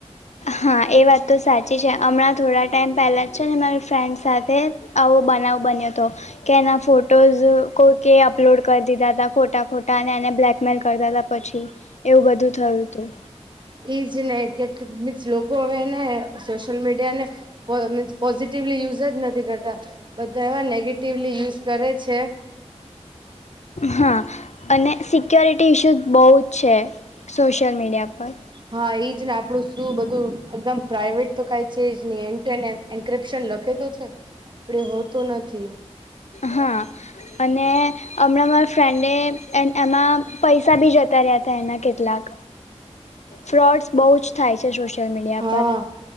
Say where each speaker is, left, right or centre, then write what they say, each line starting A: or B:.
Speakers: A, on the left; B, on the right.
A: હા, એ વાત તો સાચી છે હમણાં થોડા ટાઈમ પહેલાં જ છે ને મારી ફ્રેન્ડ સાથે આવો બનાવ બન્યો હતો કે એના ફોટોઝ કોઈકે અપલોડ કરી દીધા ખોટા ખોટા અને એને બ્લેકમેલ કરતા હતા પછી એવું બધું થયું હતું
B: ઈજ ને કેટલીક મીન્સ લોકો હવે ને સોશિયલ મીડિયા ને મીન્સ પોઝિટિવલી યુઝ જ નથી કરતા બધા એવા નેગેટિવલી યુઝ કરે છે.
A: હા અને સિક્યોરિટી ઇશ્યૂઝ બહુ જ છે સોશિયલ મીડિયા પર
B: હા એજ ને આપણું શું બધું એકદમ પ્રાઇવેટ તો કાય છે જ ન એન ટુ એન એન્કપ્શન લખે તો છે પર હોતું નથી
A: હા અને હમણાં મારા ફ્રેન્ડે એમાં પૈસા બી જતા અત્યારે ત એના કેટલાક ફ્રોડ્સ બહુ જ થાય છે સોશિયલ મીડિયા
B: હા
A: પર